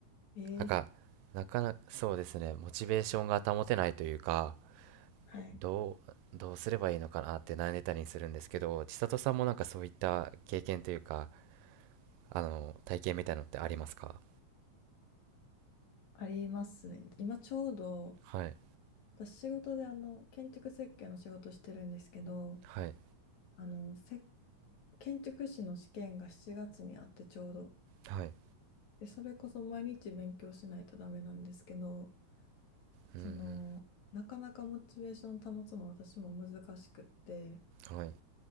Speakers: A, on the left; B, on the right.
A: ええ
B: なんか、なかなか、そうですね、モチベーションが保てないというか、
A: はい。
B: どう、どうすればいいのかなって悩んでたりするんですけど、千里さんもなんかそういった経験というか、あの、体験みたいのってありますか
A: ありますね。今ちょうど、
B: はい。
A: 私仕事であの、建築設計の仕事してるんですけど、
B: はい、
A: あの、せ、建築士の試験が7月にあってちょうど。
B: はい、
A: で、それこそ毎日勉強しないとダメなんですけど、
B: うん、
A: その、なかなかモチベーション保つの私も難しくって、
B: うん、はい、